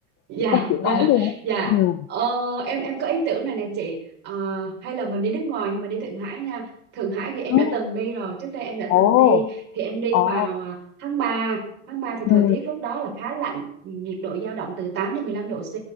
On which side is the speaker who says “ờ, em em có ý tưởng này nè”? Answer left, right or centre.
Right